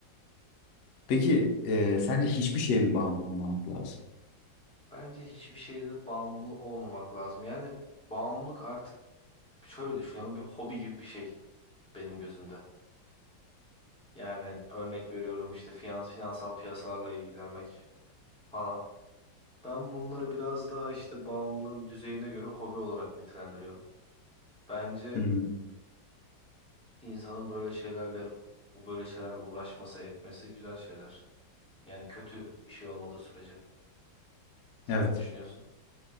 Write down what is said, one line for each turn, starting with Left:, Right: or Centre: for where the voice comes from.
Left: Peki e, sence hiçbir şeye mi bağımlı olmamak lazım?
Centre: Bence hiçbir şeyde bağımlı olmamak lazım. Yani bağımlılık artık şöyle düşünüyorum bir hobi gibi bir şey benim gözümde. Yani örnek veriyorum işte finans, finansal piyasalarla ilgilenmek falan. Ben bunları biraz daha işte bağımlılığın düzeyine göre hobi olarak nitelendiriyorum. Bence
Left: Hı hı.
Centre: insanın böyle şeylerle bu böyle şeylerle uğraşması, etmesi güzel şeyler. Yani kötü bir şey olmadığı sürece. Sen
Left: Evet.
Centre: ne düşünüyorsun?